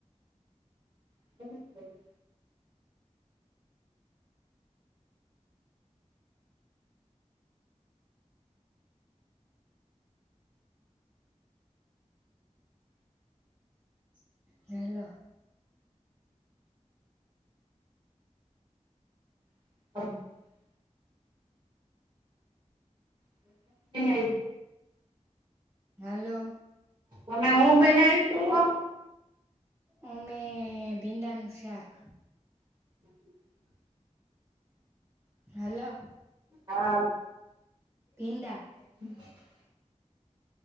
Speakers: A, on the right (about 40°); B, on the right (about 20°).
A: <inaudible>
B: હેલો
A: <unintelligible> <unintelligible>
B: હલો
A: તમે હું બનાયુ તું
B: અમે ભીંડાનું શાક
A: <inaudible>
B: હાલો
A: હા
B: ભીંડા
A: <inaudible>